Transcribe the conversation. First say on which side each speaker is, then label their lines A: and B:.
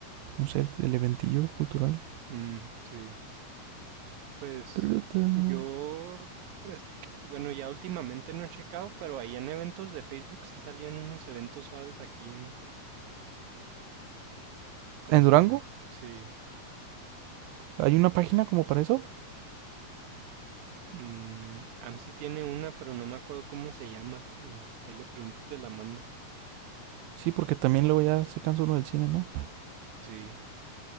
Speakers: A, on the right (about 85°); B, on the right (about 65°).
A: no sé, el, el eventillo cultural.
B: Mm, sí. Pues
A: En
B: yo, es- bueno, ya últimamente no he checado, pero ahí en eventos de Facebook sí salían unos eventos suaves aquí, en- como,
A: Durango
B: sí,
A: hay una página como para eso.
B: mm, AMSI tiene una, pero no me acuerdo cómo se llama. eh, ahí le pregunto, y te la mando.
A: Sí, porque también luego ya se cansa uno del cine, ¿no?
B: Sí,